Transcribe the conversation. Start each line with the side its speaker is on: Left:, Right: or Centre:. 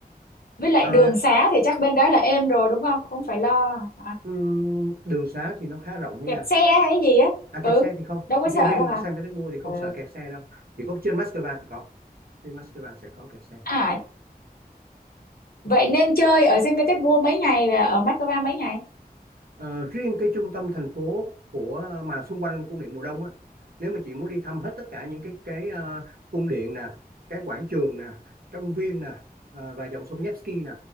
Left: với lại
Right: Ờ,
Left: đường xá thì chắc bên đó là êm rồi đúng không không phải lo à,
Right: ừm, đường xá thì nó khá rộng thôi
Left: kẹt
Right: nha
Left: xe hay gì á
Right: à
Left: ừ
Right: kẹt xe thì không
Left: đâu có sợ
Right: Chỉ riêng
Left: đâu hả
Right: ở Saint Petersburg thì không
Left: ừ
Right: sợ kẹt xe đâu chỉ có trên Moscow thì có trên Moscow sẽ có kẹt xe
Left: à vậy nên chơi ở Saint Petersburg mấy ngày và ở Moscow mấy ngày
Right: Ờ, riêng cái trung tâm thành phố của ờ, mà xung quanh cung điện mùa đông á nếu mà chị muốn đi thăm hết tất cả những cái cái ờ, cung điện nè cái quảng trường nè công viên nè ờ, và dòng sông Nevsky nè